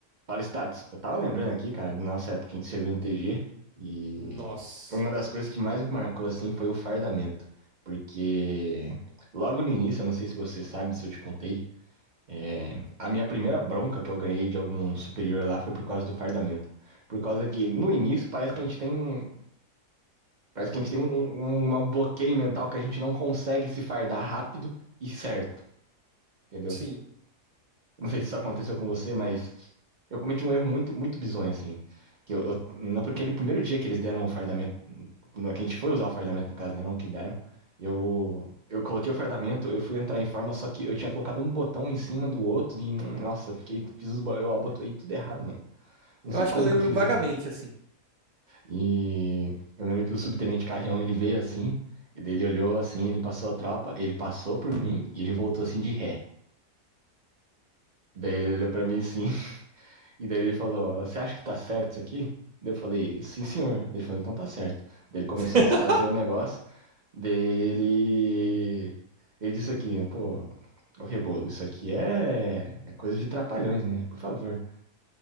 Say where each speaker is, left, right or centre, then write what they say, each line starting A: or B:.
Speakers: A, on the right; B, on the right.
A: Fala, Stats. Eu tava lembrando aqui, cara, da nossa época em que serviu no TG, e
B: Nossa.
A: uma das coisas que mais me marcou, assim, foi o fardamento. Porque logo no início, eu não sei se você sabe, se eu te contei, é, a minha primeira bronca que eu ganhei de algum superior lá foi por causa do fardamento. Por causa que, no início, parece que a gente tem, parece que a gente tem um, um, um bloqueio mental que a gente não consegue se fardar rápido e certo, entendeu?
B: Sim.
A: Não sei se isso aconteceu com você, mas eu cometi um erro muito, muito bizonho, assim. Que eu, eu- naquele primeiro dia que eles deram o fardamento, no- que a gente foi usar o fardamento, no caso, né? Não que deram. Eu, eu coloquei o fardamento, eu fui entrar em forma, só que eu tinha colocado um botão em cima do outro e, nossa, eu fiquei, fiz os, bo- eu abotoei tudo errado, mano. Não
B: Eu
A: sei
B: acho
A: como
B: que eu lembro
A: que eu fiz
B: vagamente,
A: aquilo.
B: assim.
A: E eu lembro que o subtenente Carrião, ele veio assim, e daí ele olhou assim, ele passou a tropa, ele passou por mim e ele voltou assim de ré. Daí ele olhou pra mim assim. E daí ele falou: Você acha que tá certo isso aqui? Daí eu falei: Sim, senhor. Daí Ele falou: Então tá certo. Daí ele começou
B: <laughs>
A: a desfazer o negócio. Dele. Ele disse aqui: Pô, o rebolo, isso aqui é... é coisa de trapalhões, né? Por favor.